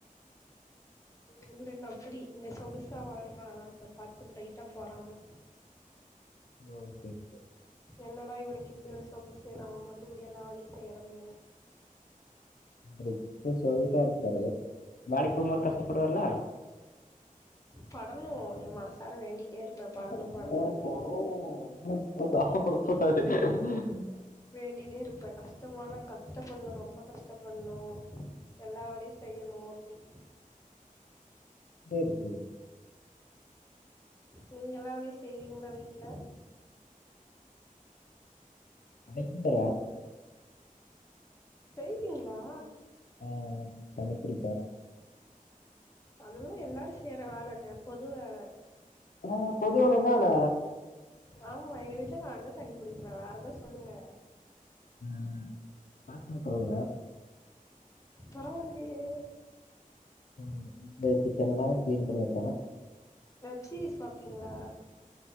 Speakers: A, on the left (about 20°); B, on the left (about 75°).
A: உங்களுக்கு அப்டி இங்க சொகுசா வாழ்றான ஆனா அத பாத்து கொஞ்ச லைட்டா பொறாம
B: ஓகே க
A: என்னடா இவனுக்கு இப்டி ஒரு சொகுசு நம்ம மட்டு இப்டி எல்லா வேலையு செய்றோம்னு
B: இப்ப சொகுசா இருப்பாரு வேலைக்கு போம் போது கஷ்டப்படுவாருல
A: படணு எ மனசார வேண்டிட்டே இருப்ப படனு
B: சாப்பிட
A: படணுனு
B: <unintelligible>
A: வேண்டிட்டே இருப்ப கஷ்டமான கஷ்ட பண்ணு ரொம்ப கஷ்டப்ப பண்ணு எல்லா வேலையு செய்யணு அப்டி
B: சேரி சேரி
A: நீங்க எல்லா வேலையு செய்வீங்ளா வீட்ல
B: அனைக்கு பர
A: செய்வீங்ளா
B: ஆ தண்ணிப்புடி
A: அதெல்லா எல்லாரு செய்யற வேலங்க பொது வேல
B: ஆ பொதுவேல என்ன வேல
A: ஆமா எங்க வீட்டுல நானுதா தண்ணி பிடிப்பே வேற எதாது சொல்லுங்க
B: ஆ பாத்ரோ கழுவுவ
A: பரவால்லியே
B: ம் இ கிச்சன் எல்லா கிளீன் பண்ணி வப்பா
A: வெப்சீரிஸ் பாப்பீங்களா